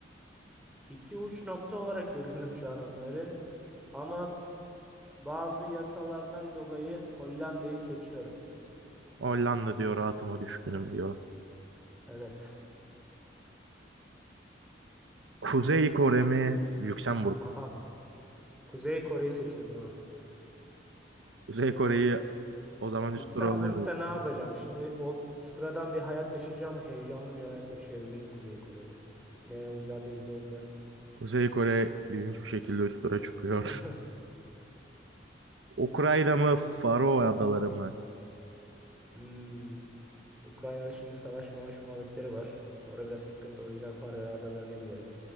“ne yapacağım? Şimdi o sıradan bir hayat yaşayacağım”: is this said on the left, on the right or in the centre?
Centre